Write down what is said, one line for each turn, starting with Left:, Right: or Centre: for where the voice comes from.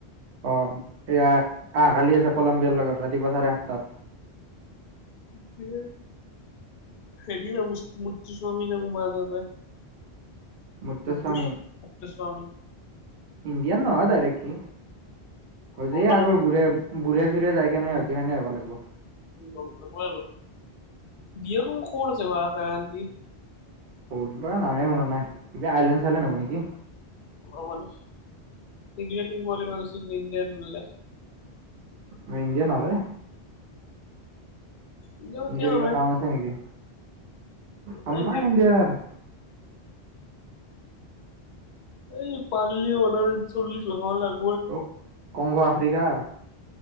Right: অঁ, এ আহ অহাকালি আছে কলম্বিয়াৰ লগত ৰাতিপুৱা চাৰে সাতটাত!
Left: হেল্ল' <unintelligible>
Right: মুত্তুস্বামী
Left: মুত্তুচ মুক্তস্বামী
Right: ইণ্ডিয়ান নহয় ডাইৰেক্টলী,
Left: হ'ব
Right: কি আগৰ
Left: দে
Right: বোৰে বুৰে চুৰে যায় কেনে হয়তো সেনে হ'ব লাগব!
Left: গম নপোৱা হ'লোঁ! বিয়াখন ক'ত আছে বা জাৰা আনটি
Right: ক'ত বা নামে শুনা নাই, কিবা আইলেণ্ড চাইলেন হ'ব নেকি!
Left: <inaudible> ইংলেণ্ডো কোৱালিফাই হৈছি <inaudible>
Right: আমা ইণ্ডিয়া নৰে!
Left: ইণ্ডিয়া
Right: ইণ্ডিয়াৰ
Left: কিয়
Right: কিবা
Left: কৰে
Right: কাম আছে নেকি?
Left: নাযায়
Right: কাম
Left: ইণ্ডিয়াত
Right: নাই ইণ্ডিয়াৰ!
Left: এই পাৰলিও মুটামুটি চল্লিশ বছৰমান লাগ
Right: অ', কংগ আফ্ৰিকাৰ